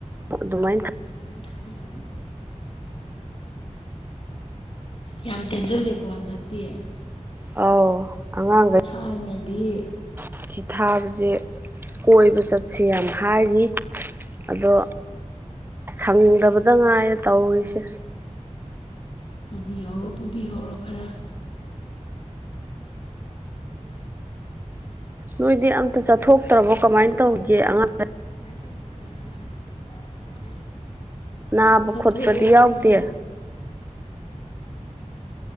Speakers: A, on the right; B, on the left.
A: ꯑꯗꯨꯃꯥꯏꯅ
B: ꯑꯗꯨꯃꯥꯏꯅ ꯊꯥ ꯎ ꯌꯥꯝ ꯇꯦꯟꯖ ꯂꯀ ꯑꯗ ꯇꯦ
A: ꯑꯧ ꯑꯉꯥꯡꯈꯩ
B: ꯊꯥꯏꯅꯗꯤ
A: ꯁꯨꯇꯤ ꯊꯥꯕꯁꯦ ꯀꯣꯏꯕ ꯆꯠꯁꯤ ꯌꯥꯝ ꯍꯥꯏꯔꯤ ꯑꯗꯣ ꯁꯪꯗꯕꯗ ꯉꯥꯏꯔꯦ ꯇꯧꯔꯤꯁꯦ
B: ꯄꯨꯕꯤꯍꯧꯔꯣ ꯄꯨꯕꯤꯍꯧꯔꯣ ꯈꯔ
A: ꯅꯣꯏꯗꯤ ꯑꯝꯇꯥ ꯆꯠꯊꯣꯛ ꯇ꯭ꯔꯕꯣ ꯀꯃꯥꯏꯅ ꯇꯧꯒꯦ ꯑꯉꯥꯡꯁ
B: ꯑꯗꯤ ꯑꯔ ꯑꯩ
A: ꯅꯥꯕ
B: ꯆꯠꯊꯣꯛꯑꯦ
A: ꯈꯣꯠꯄꯗꯤ
B: ꯑꯈꯣꯏꯁꯨ
A: ꯌꯥꯎꯗꯦ